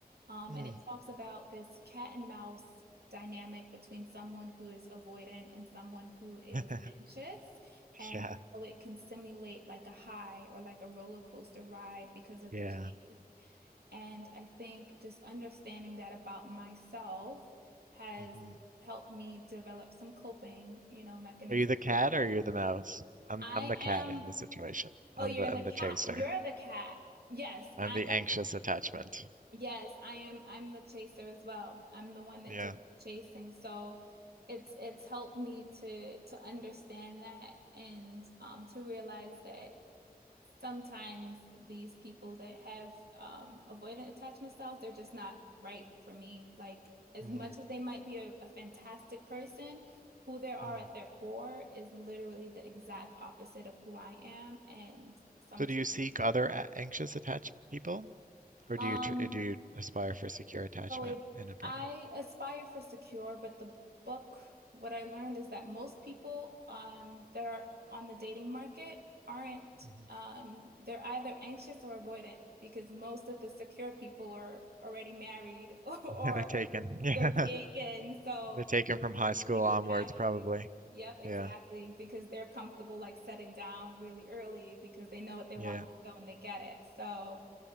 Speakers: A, on the right; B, on the right.
A: Um,
B: Mm.
A: and it talks about this cat and mouse dynamic between someone who is avoidant and someone who is
B: <laughs>
A: anxious, and
B: Yeah,
A: how it can simulate like a high or like a roller coaster ride because of
B: yeah.
A: the chase. And I think just understanding that about myself has
B: hmm
A: helped me develop some coping, you know, mechanism.
B: Are you the cat or you're the mouse? I'm
A: I
B: I'm the cat
A: am,
B: in the situation. I'm
A: oh, you're
B: the
A: the
B: I'm
A: cat.
B: the chaser.
A: You're the cat. Yes,
B: I'm
A: I
B: the anxious
A: am.
B: attachment.
A: Yes, I am. I'm the chaser as well. I'm the one that
B: Yeah.
A: does the chasing. So it's it's helped me to to understand that and um, to realize that. Sometimes these people that have um, avoidant attachment styles, they're just not right for me. Like, as
B: mm
A: much as they might be a, a fantastic person, who they are
B: mm.
A: at their core is literally the exact opposite of who I am. And sometimes,
B: So do you seek other a- anxious attached people, or
A: um,
B: do you tr do you aspire for secure attachment
A: So it,
B: in a partner?
A: I aspire for secure, but the book, what I learned is that most people um, that are on the dating market aren't,
B: hmm
A: um, they're either anxious or avoidant because most of the secure people are already married <laughs> or
B: Yeah, they're taken. <laughs> Yeah,
A: they're taken. So
B: they're taken from high school
A: exactly.
B: onwards, probably.
A: Yep, exactly.
B: Yeah,
A: Because they're comfortable like setting down really early because they know what they
B: yeah.
A: want and they go and they get it. So